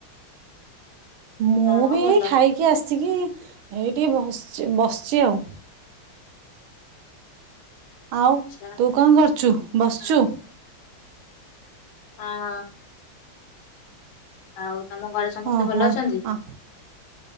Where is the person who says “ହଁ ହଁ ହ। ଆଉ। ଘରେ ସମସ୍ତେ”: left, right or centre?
Left